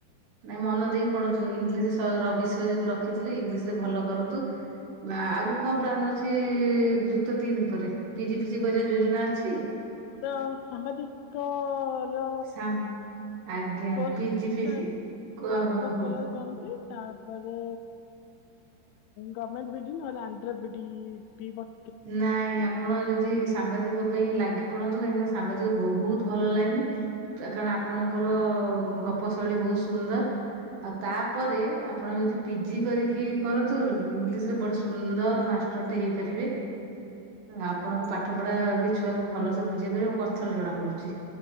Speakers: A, on the right (about 60°); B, on the left (about 85°).
A: ନାଇଁ ମନ ଦେଇକି ପଢୁ ଇଂଲିଶ ର ବିଷୟ ଯଦି ରଖିଥିଲେ ଇଂଲିଶ ରେ ଭଲ କରନ୍ତୁ। ବା ଆଗକୁ କଣ ପ୍ଲାାନ ଅଛି ଯୁକ୍ତ ତିନି ଉପରେ ପିଜି ଫିଜି କରିବାାର ଯୋଜନା ଅଛି?
B: ମୋର ସାମ୍ବାଦିକ ର
A: ସାମ୍ ଆଜ୍ଞା
B: କୋର୍ସ
A: ପିଜି ଫିଜି
B: ଟା
A: ଓହୋ
B: କୋର୍ସ୍
A: ହୋ
B: କରିବାକୁ ଚାହୁଁଛି। ତାପରେ ଗମେଣ୍ଟ ବିଡି ନହେଲେ ଆନ୍ଧ୍ର ବିଡି ପି ବ୍
A: ନାଇଁ ଆପ୍ ଆପଣ ଯଦି ସାମ୍ବାଦିକ ପାଇଁ ଲାଗି ପଡନ୍ତୁ କାହିଁକିନା ସାମ୍ବାଦିକ ବହୁତ ଭଲ ଲାଇନି। କାରଣ ଆପଣଙ୍କର ଗପ ଶୈଳୀ ବହୁତ ସୁନ୍ଦର। ଆଉ ତାପରେ ଆପଣ ଯଦି ପିଜି କରିକି କରନ୍ତୁ ଇଂଲିଶ ରେ ବଡ ସୁନ୍ଦର ମାଷ୍ ଟରେଟେ ହେଇପାରିବେ। ଆପଣଙ୍କ ପାଠ ପଢା ବି ଛୁଆଙ୍କୁ ଭଲସେ ବୁଝେଇ ପାରିବ ଆ କଥାରେ ଜଣା ପଡୁଛି।